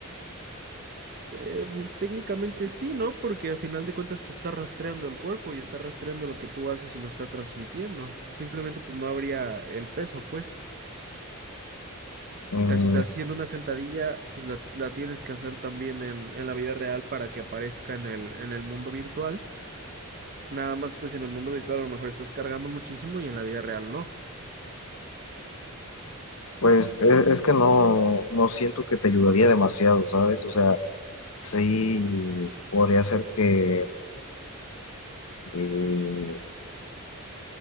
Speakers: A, on the right; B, on the left.
A: Eh, pues, técnicamente sí, ¿no? Porque a final de cuentas te está rastreando el cuerpo y está rastreando lo que tú haces y lo está transmitiendo. Simplemente pues no habría el peso, pues.
B: Mm,
A: Ah, Si estás haciendo una sentadilla, pues la, la tienes que hacer también en, en la vida real para que aparezca en el, en el mundo virtual. Nada más, pues en el mundo virtual a lo mejor estás cargando muchísimo y en la vida real no.
B: Pues es, es que no, no siento que te ayudaría demasiado, ¿sabes? O sea, sí podría ser que eh,